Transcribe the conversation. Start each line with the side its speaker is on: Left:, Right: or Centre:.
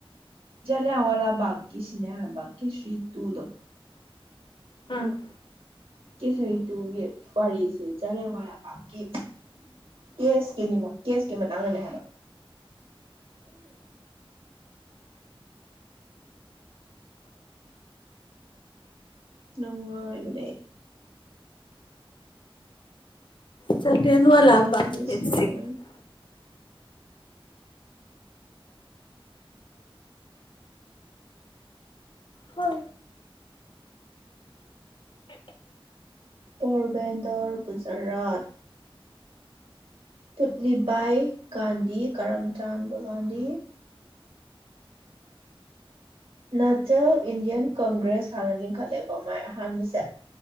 Right: ꯂꯋꯥꯥ ꯕꯥꯀꯤꯀꯤ ꯁ꯭ꯅꯦꯍꯥ ꯀꯤꯦꯁ꯭ꯔꯤ ꯇꯨꯗꯣ
Left: ꯎꯝ
Right: ꯀꯦꯁ ꯍꯇꯨꯒꯤ ꯋꯥꯔꯤꯁꯦ ꯆꯖꯔꯦ ꯋꯥꯥꯀꯤ ꯀꯦꯁꯀꯤꯅꯤ ꯀꯦꯁꯀꯤ ꯃꯇꯥꯡꯗꯅꯦ ꯍꯥꯏꯕ ꯅꯣꯡꯥꯏ ꯃ
Left: ꯆꯅꯁꯤ
Right: ꯖꯣꯟꯗꯤꯁꯣꯔ
Left: ꯍ ꯑ
Right: ꯄꯕꯦꯟꯗꯣꯔ ꯨꯖꯔꯥꯠ ꯁꯨꯠꯂꯤꯕꯥꯏ ꯒꯥꯟꯙꯤ ꯀꯔꯝꯆꯥꯟꯕ ꯒꯥꯟꯙꯤ ꯅꯆꯦꯜ ꯏꯟꯗꯤꯌꯥꯟ ꯀꯪꯒ꯭ꯔꯦꯁ ꯍꯥꯟꯅ ꯂꯤꯡꯈꯠꯂꯦꯀꯣ ꯃꯥꯏ ꯑꯍꯥꯟꯕꯁꯦ